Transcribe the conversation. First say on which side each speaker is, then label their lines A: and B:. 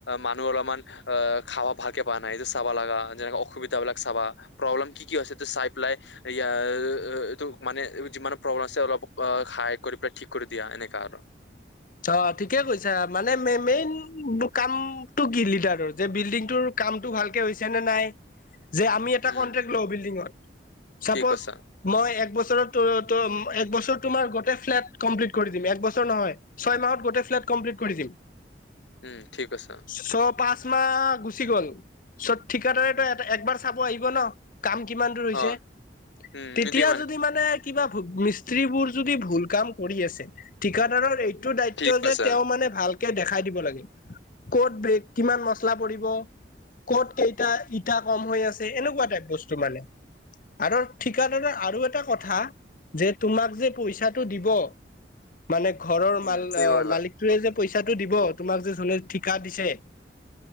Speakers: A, on the left; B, on the left.
A: মানুহ অলপমান আহ খাবা ভালকে পোৱা নাই এইটো চাবা লগা যেনেকা অসুবিধাবিলাক চাবা প্ৰব্লেম কি কি হৈছে চাই প লাই ই অ', এইটো মানে যিমান প্ৰব্লেম আছে অলপ অ হাই কৰি পেলাই ঠিক কৰি দিয়া এনেকা আৰু
B: অ', ঠিকে কৈছা মানে ম মেইন কামটো বিল্ডাৰৰ যে বিল্ডিংটো ৰ কামটো ভালকে হৈছে নে নাই যে আমি এটা
A: উম
B: কন্টেক্ লওঁ বিল্ডিঙত চাপজ
A: ঠিক কৈছা
B: মই এক বছৰত একবছৰ তোমাৰ গোটেই ফ্লেট কমপ্লিট কৰি দিম একবছৰ নহয় ছয় মাহত গোটেই ফ্লেটকমপ্লিট কৰি দিম।
A: উম ঠিক কৈছ'
B: চ' পাঁচ মাহ গুচি গ'ল চত ঠিকাদাৰে তো একবাৰ চাব আহিব ন। কাম কিমান দূৰ হৈছে
A: অ উম
B: তেতিয়া
A: এইটোৱে
B: যদি মানে কিবা স্ত্ৰীবোৰ যদি ভুল কাম কৰি আছে ঠিকাদাৰৰ এইটো দায়িত্ব
A: ঠিক কৈছা
B: যে তেওঁ মানে ভাল কৈ দেখাই দিব লাগে ক'ত বেগ কিমান মচলা পৰিব ক'ত কেইটা ইটা কম হৈ আছে এনেকুৱা টাইপ বস্তু মানে আৰু ঠিকাদাৰ আৰু এটা কথা যে তোমাক যে পইচাটো দিব মানে ঘৰৰ
A: উম
B: মাল
A: ঠিক ক'লা
B: মালিক টোৱে যে পইচাটো দিব তোমাক যে যোনে ঠিকা দিছে